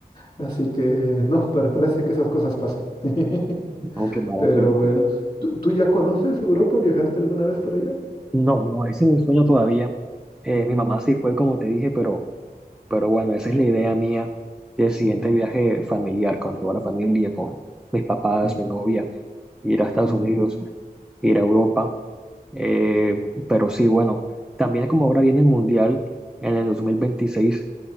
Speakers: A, on the left (about 25°); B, in the centre.
A: Así que no, pero parece que esas cosas pasan. <laughs>
B: no, qué mala
A: Pero
B: suerte.
A: bueno, ¿tú, tú ya conoces Europa? ¿Viajaste alguna vez por allá?
B: No, no, ese es mi sueño todavía. Eh,
A: Mm,
B: mi mamá sí fue como te dije, pero, pero bueno, esa es la idea mía del siguiente
A: ujú,
B: viaje familiar con toda la familia, con mis papás,
A: mm,
B: mi novia, ir a Estados
A: mm,
B: Unidos, ir a Europa. Eh, pero sí, bueno, también como ahora viene el Mundial en el dos mil veintiséis